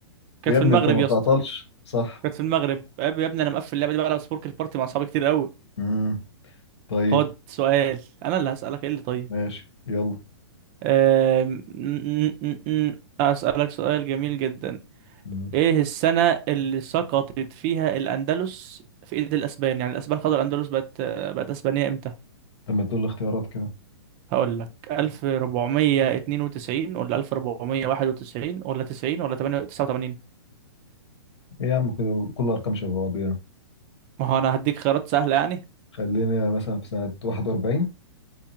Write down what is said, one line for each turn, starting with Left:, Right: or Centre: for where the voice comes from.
Right: كانت
Left: يا
Right: في
Left: ابني
Right: المغرب
Left: انت ما
Right: يا
Left: بتعطلش
Right: اسطى
Left: صح
Right: كانت في المغرب يا ابني انا مقفل اللعبه دي بقى على سبورك البارتي مع اصحابي كتير قوي
Left: امم طيب
Right: خد سؤال انا اللي هسألك ايه اللي طيب
Left: ماشي يلا
Right: أم... م- م- م- م. هسألك سؤال جميل جدا
Left: امم
Right: ايه السنة اللي سقطت فيها الاندلس في ايد الاسبان يعني الاسبان خدوا الاندلس بقت بقت اسبانية امتى
Left: لما تقول لي اختيارات كده
Right: هقول لك 1492 ولا 1491 ولا 90 ولا 89
Left: ايه يا عم كده كل ارقام شبه بعضيها
Right: ما هو انا هديك خيارات سهلة يعني
Left: خلينا مثلا في سنة 41